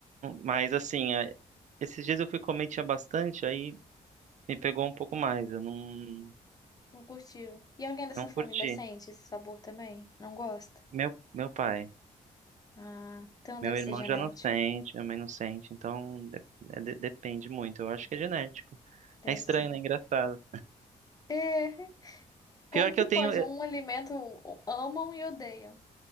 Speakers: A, on the right; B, on the left.
A: Mas assim, é- esses dias eu fui comer, tinha bastante, aí me pegou um pouco mais, eu não,
B: Não curtiu. E alguém da sua
A: não curti.
B: família sente esse sabor também? Não gosta?
A: Meu, meu pai,
B: Ah, então deve
A: meu irmão
B: ser genético.
A: já não sente, minha mãe não sente, então de- é de- depende muito, eu acho que é genético.
B: Deve
A: É estranho,
B: ser.
A: né? Engraçado.
B: É,
A: Pior
B: como
A: que
B: que
A: eu tenho.
B: pode
A: É,
B: um alimento amam e odeiam?